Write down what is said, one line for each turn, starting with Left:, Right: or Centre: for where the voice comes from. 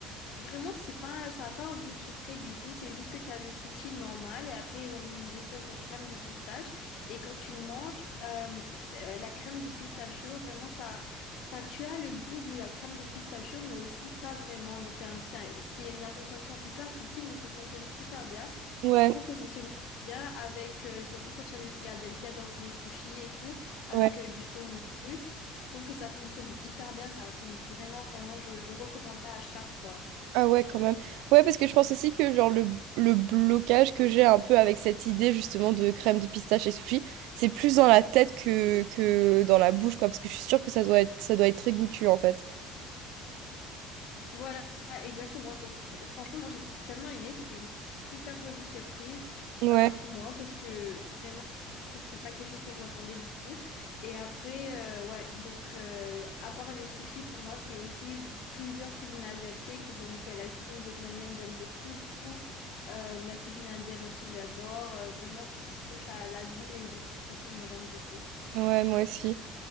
Left: vraiment, c'est pas, ça n'a pas un goût sucré du tout. C'est juste que tu as le sushi normal et après, ils ont mis une espèce de crème de pistache. Et quand tu manges euh, la crème de pistachio, vraiment, ça, ça, tu as le goût de la crème de pistachio, mais aussi pas vraiment. Donc, c'est un- c'est un- c'est une association hyper subtile, mais qui fonctionne super bien.
Right: Ouais,
Left: Et je trouve que ça se marie bien avec, euh, surtout quand tu as le Philadelphia dans le sushi et tout, avec
Right: ouais.
Left: euh, du saumon. cru. Je trouve que ça fonctionne hyper bien. C'est un truc vraiment, vraiment, je, je recommanderais à chaque fois.
Right: Ah ouais, quand même. Ouais, parce que je pense aussi que genre le, le blocage que j'ai un peu avec cette idée justement de crème de pistache et sushi, c'est plus dans la tête que, que dans la bouche, quoi, parce que je suis sûre que ça doit être, ça doit être très goûtu en fait.
Left: Voilà, exactement. Donc, fr- franchement, moi, j'ai tellement aimé. C'était une super jolie surprise
Right: Ouais,
Left: euh, pour moi parce que vraiment, un truc, c'est pas quelque chose que je m'attendais du tout. Et après, euh, ouais, donc, euh, à part les sushis, pour moi, c'est aussi plusieurs cuisines asiatiques. Donc, euh, la cuisine vietnamienne, j'aime beaucoup. Euh, la cuisine indienne aussi, j'adore. Euh, vraiment, tout ce qui touche à l'Asie, les épices et tout, moi, j'aime beaucoup.
Right: ouais, moi aussi.